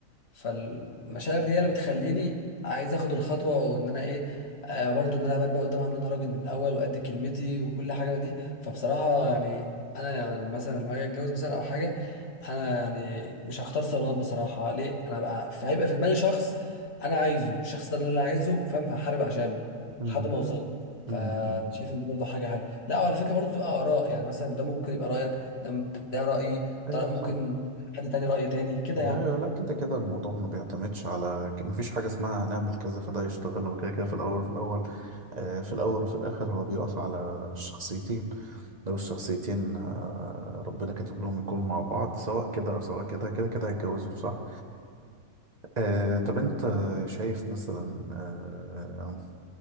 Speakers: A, on the left; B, on the right.
A: فالمشاعر دي هي اللي بتخليني عايز اخد الخطوه وان انا ايه آه برضو ان انا ابان بقى قدامها ان انا راجل من الاول وقد كلمتي وكل حاجه من دي فبصراحة يعني أنا يعني مثلا لما أجي أتجوز مثلا أو حاجة أنا يعني مش هختار صالونات بصراحة ليه؟ أنا بقى في هيبقى في دماغي شخص أنا عايزه الشخص ده اللي أنا عايزه فاهم فهحارب عشانه
B: م-
A: لحد ما أوصل له
B: م-
A: فشايف
B: م.
A: إن دي برضه حاجة حلوة لا وعلى فكرة برضه بتبقى آراء يعني مثلا ده ممكن يبقى رأيك ده ده رأيي ده
B: ايوه
A: ممكن
B: صح
A: حد تاني رأي تاني كده
B: لا لا كده كده الموضوع ما بيعتمدش على ما فيش حاجة اسمها هنعمل كذا فده يشتغل هو كده كده في الأول وفي الأول آه في الأول وفي الآخر هو بيقف على الشخصيتين لو الشخصيتين آه ربنا كاتب لهم يكونوا مع بعض سواء كده أو سواء كده كده كده هيتجوزوا صح آه طب
A: يعني
B: أنت شايف مثلا آه